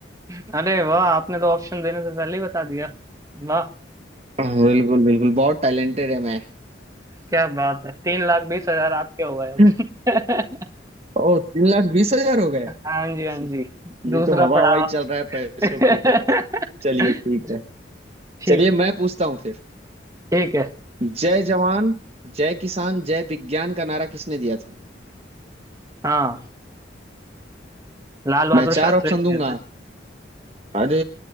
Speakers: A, on the right; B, on the right.
A: अरे वाह आपने तो ऑप्शन देने से पहले ही बता दिया वाह
B: हाँ, बिल्कुल बिल्कुल बहुत टैलेंटेड है मैं
A: क्या बात है तीन लाख बीस हजार आपके हो गए अब
B: <laughs>
A: <laughs>
B: ओ तीन लाख बीस हजार हो गए
A: हाँ
B: <laughs>
A: जी हाँ जी दूसरा
B: ये तो हवा
A: पड़ाव
B: हवाई चल रहा है पैसों
A: <laughs>
B: की चलिए ठीक
A: जी,
B: है
A: ठीक
B: चलिए
A: है
B: मैं पूछता हूँ फिर
A: ठीक है
B: जय जवान जय किसान जय विज्ञान का नारा किसने दिया था
A: हाँ लाल बहादुर
B: मैं चार
A: शास्त्री
B: ऑप्शन
A: ने
B: दूंगा
A: दिया था
B: अरे